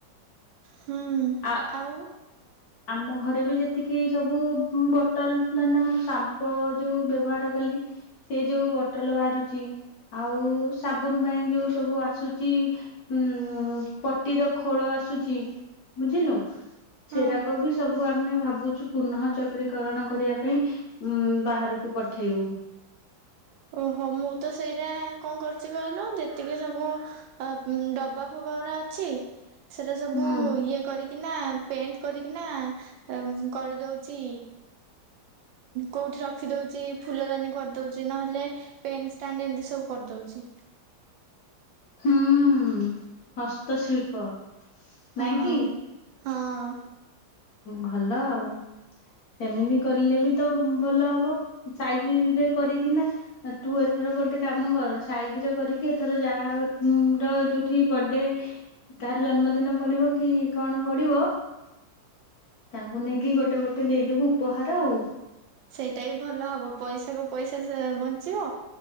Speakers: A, on the right (about 80°); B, on the left (about 60°).
A: ହଁ
B: ଆ
A: ଆଉ।
B: ଆମ ଘରେ ବି ଯେତିକି ସବୁ ବଟଲ ଧରି ନିଅ ମୁଁ ସାମ୍ପୁ ଯୋଉ ବ୍ୟବହାର କଲି ସେ ଯୋଉ ବୋଟଲ ବାହାରୁଛି ଆଉ ସାବୁନ ପାଇଁ ଯୋଉ ସବୁ ଆସୁଛି ଉ ପଟିର ଖୋଳ ଆସୁଛି। ବୁଝିଲୁ
A: ହଁ
B: ସେରାକ ବି ସବୁ ଆମେ ଭାବୁଛୁ ପୁନଃ ଚକ୍ରିକରଣ କରିବା ପାଇଁ ଉ ବାହାରକୁ ପଠେଇବୁ।
A: ଓହୋ ମୁଁ ତ ସେଇରା କଣ କରୁଛି କହିଲୁ ଯେତିକି ସବୁ ଅମ ଡବା ଫବା ହରା ଅଛି। ସେଇଟା ସବୁ
B: ହୁଁ
A: ଇଏ କରିକିନା ପେଣ୍ଟ କରିକିନା ଉମ କରିଦଉଚି କଉଁଠି ରଖିଦଉଚି ଫୁଲଦାନୀ କରିଦଉଛି ନହେଲେ ପେନ୍ ଷ୍ଟାଣ୍ଡ ଏମିତି ସବୁ କରିଦଉଚି।
B: ହୁଁ-ଉ-ଉ ହସ୍ତଶିଳ୍ପ।
A: ହଁ।
B: ନାଇ କି।
A: ହଁ
B: ଭଲ ଆଉ ସେମିତି କରିଲେ ବି ତ ଭଲ ହବ ସାଇଜିରେ କରିକିନା ତୁ ଏଥର ଗୋଟେ କାମ କର। ସାାଇଜିରେ କରିକି ଏଥର ଯାହା ଉମ ର ଯୋଉଠି ବଡେ ତାହାର ଜନ୍ମଦିନ ପଡିବ କି କଣ ପଡିବ। ତାଙ୍କୁ ନେଇକି ଗୋଟେ ଗୋଟେ ଦେଇଦବୁ ଉପହାର ଆଉ।
A: ସେଇଟା ବି ଭଲ ହବ ପଇସାକୁ ପଇସା ସେ ବଞ୍ଚିବ।